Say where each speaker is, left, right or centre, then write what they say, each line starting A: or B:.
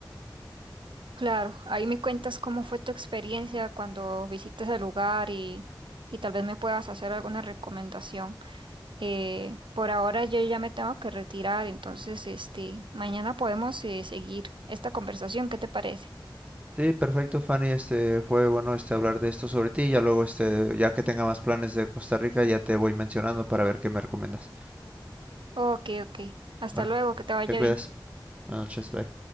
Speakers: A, on the right; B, on the right.
A: Claro, ahí me cuentas cómo fue tu experiencia cuando visitas el lugar y, y tal vez me puedas hacer alguna recomendación. Eh, por ahora yo ya me tengo que retirar, entonces este, mañana podemos eh, seguir esta conversación, ¿qué te parece?
B: Sí, perfecto, Fanny. Este fue bueno este hablar de esto sobre ti. Ya luego este, ya que tenga más planes de Costa Rica, ya te voy mencionando para ver qué me recomiendas.
A: Ok, ok. Hasta
B: Bueno,
A: luego, que te vaya
B: te cuidas.
A: bien.
B: Buenas noches, bye.